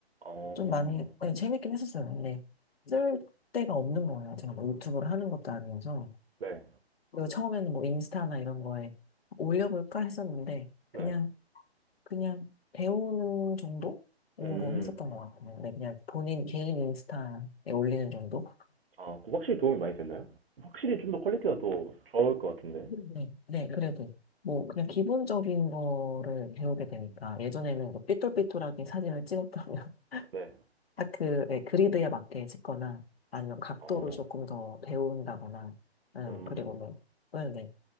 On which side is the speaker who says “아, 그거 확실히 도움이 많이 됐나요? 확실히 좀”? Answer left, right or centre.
Right